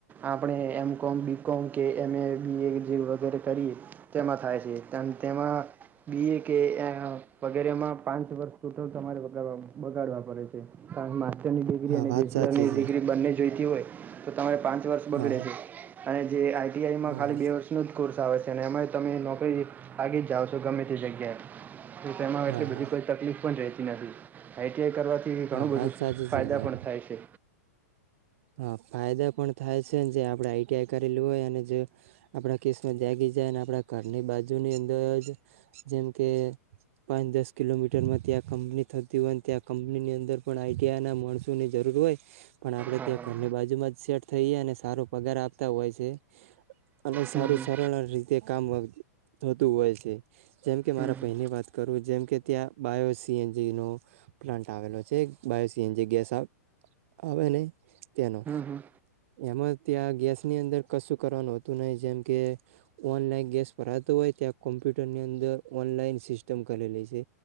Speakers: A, on the right; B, on the right.
A: આપણે એમ કોમ બીકોમ કે એમ એ બી એ જે વગેરે કરી તેમાં થાય છે તેમાં બી એ કે વગેરેમાં પાંચ વર્ષ સુત્ત તમારે બગાડવા પડે છે <unintelligible> <unintelligible> બેચલરની
B: હા વાત સાચી
A: ડિગ્રી
B: છે
A: બંને જોઈએ હોય તો તમારે પ વર્ષ બગડે
B: હા હા
A: છે અને જે આઈ આઈ ટી આઈ માં
B: હા
A: ખાલી
B: હા
A: બે વર્ષનો જ કોર્સ આવે છે અને એ તમે નોકરી લાગીજ જાાવ છો ગમે તે જગ્યાએ તેમાં
B: હા
A: બધી
B: હા
A: કોઈ તકલીફ પણ રહે નવી આઈટીઆઈ કરવાથી ઘણું
B: હા
A: બધું
B: વાત સાચી
A: ફાયદા
B: છે હા
A: પણ થાય છે
B: હા ફાયદા પણ થાય છેને જે આપણે આઈટીઆઈ કરેલીું હોય અને જે આપણા કેસમાં જાગી જાય અને આપણા ઘરની બાજુની અંદર જ જેમ કે પાંચ દસ કિલોમીટરમાં ત્યાં કંપની થતી હોય ત્યાં કંપનીની અંદર પણ આઈટીઆઈ ના માણસોની જરૂર હોય પણ આપણે
A: હા
B: ત્યાં
A: હા
B: ઘરની બાજુમાં જ સેટ થઈએ અને સારો પગાર આપતા હોય છે અને
A: હમ
B: સારું
A: હમ
B: સરળ રીતે કામ થતું હોય છે જેમ કે મારા
A: હમ
B: પહેની વાત કરું જેમકે ત્યાં બાયો સીએનજીનો પ્લાન્ટ આવેલો છે બાયો સીએનજી ગેસ આવે નને તેનો
A: હમ હમ
B: એમાં ત્યાં ગેસની અંદર કશું કરવાનુંતું નહ જેમ કે ઓનલાઈન ગેસ ભરાતોું હોય ત્યાં કોમ્પ્યુટર ની અંદર ઓનલાઈન સિસ્ટમ કરેલી છે